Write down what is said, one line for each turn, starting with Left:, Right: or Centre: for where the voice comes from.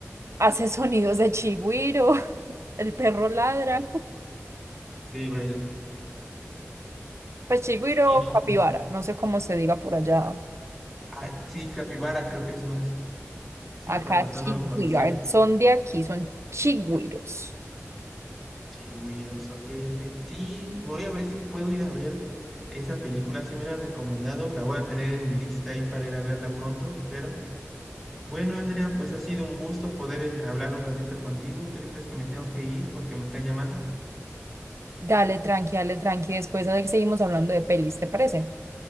Right: hace <laughs> sonidos de chigüiro, <laughs> el perro ladra.
Centre: Sí, vaya.
Right: Pues chigüiro,
Centre: Sí, no,
Right: o capibara,
Centre: pues.
Right: no sé cómo se diga por allá.
Centre: Ay, sí, Capibara creo que es más. Sí,
Right: Acá
Centre: con razón
Right: chigüiro,
Centre: no lo conocía.
Right: a ver, son de aquí, son chigüiros.
Centre: Chihuiros, ok, ok. Sí, voy a ver si puedo ir a ver esa película. Si me la han recomendado. La voy a tener en mi lista ahí para ir a verla pronto, espero. Bueno, Andrea, pues ha sido un gusto poder eh, hablar un ratito contigo. ¿Qué crees que me tengo que ir porque me están llamando?
Right: Dale, tranqui, dale, tranqui. Después ahí seguimos hablando de pelis, ¿te parece?